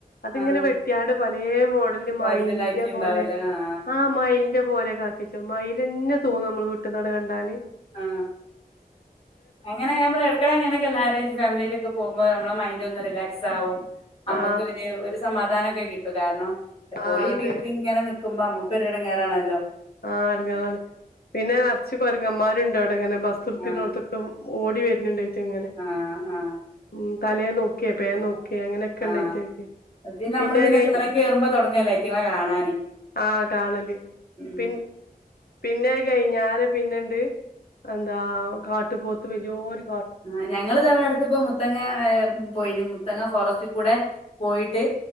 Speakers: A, on the left; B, on the left.
A: അതിങ്ങനെ
B: ആഹ്
A: വെട്ടിയാണ്ട് പ.. ലെ മോഡൽ
B: കോലത്തിലാക്കിണ്ടാവൂലേ
A: മൈൽന്റെ പോലെ
B: ആഹ്
A: ആ മയിൽ പോലെയാക്കിച്ചു മയിൽന്നെ തോന്നും നമ്മള് വീട്ട് ന്നാണ്ട് കണ്ടാല്
B: ആ അങ്ങനെ ഞാൻ പറയാ ഇടക്കിടെ ഇങ്ങനൊക്കെ എല്ലാരും ആയിട്ട് ഫാമിലിയിയൊക്കെ ആയിട്ട് പോവുമ്പോ നമ്മളെ മൈന്റ് ഒന്ന് റിലാക്സ് ആകും നമ്മുക്ക്
A: ആഹ്
B: ഒരു ഒരു സമാധാനംക്കെ കി കാരണം എപ്പോഴേ
A: ആഹ് അതെ
B: വീട്ടില് ഇങ്ങനെ നി മ്പോ ഞമ്മക്കൊരു ഇടങ്ങേറാണാല്ലോ
A: ആ അണുങ്ങളാണ് പിന്നെ നിറച്ച കൊരങ്ങമാരു അങ്ങനെ ബസ് നിർത്തിടുന്നൊടുത്ത്
B: ആഹ്
A: ഓടി വ എങ്ങനെണ്ട് ഇങ്ങനെ
B: ആഹ്
A: ഉ തലേ നോക്കിയ
B: ആഹ്
A: പേൻ നോക്കെ അങ്ങനെയൊക്കെ ഇണ്ടായിറ്റങ്ങൾക്ക്
B: ആഹ് പിന്നെ
A: പിന്നെയ്
B: നമ്മള് പിന്നെ
A: കയിഞ്ഞ
B: ചൊരം കേറുമ്പോ തൊടങ്ങല്ലേ അയ്റ്റങ്ങളെ കാണാന്
A: ആ കാണല്
B: ഉം
A: പിൻ പിന്നെ അതു കഴിഞ്ഞരെ പിന്നെണ്ട് എന്താ കാട്ടുപോത്ത് വല്യൊരു
B: ആ ഞങ്ങള്ത വടെടുത്തു പ്പം. മുത്തങ്ങ പോയിന് മുത്തങ്ങ ഫോറസ്റ്റ കൂടെ പോയിട്ട്